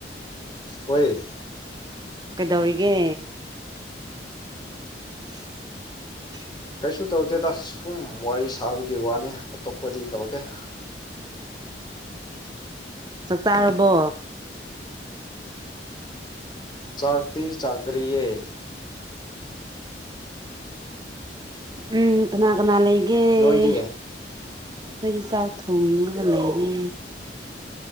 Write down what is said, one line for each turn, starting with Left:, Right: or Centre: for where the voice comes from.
Left: ꯍꯣꯏꯌꯦ
Right: ꯀꯩꯗꯧꯔꯤꯒꯦ <unintelligible>
Left: ꯀꯔꯤꯁꯨ ꯇꯧꯗꯦꯗ ꯁꯨꯝ ꯋꯥꯔꯤ ꯁꯥꯕꯒꯤ ꯋꯥꯅꯤ ꯑꯇꯣꯞꯄꯗꯤ ꯇꯧꯗꯦ <unintelligible>
Right: ꯆꯥꯛꯇꯥꯥꯔꯕꯣ
Left: ꯆꯥꯛꯇꯤ ꯆꯥꯛꯇ꯭ꯔꯤꯌꯦ
Right: ꯎꯝ ꯀꯅꯥ ꯀꯅꯥ ꯂꯩꯒꯦ ꯑꯩꯈꯣꯏꯗꯤ
Left: ꯅꯣꯏꯗꯤ
Right: ꯆꯥꯛ ꯊꯣꯡꯉꯒ ꯂꯩꯔꯦ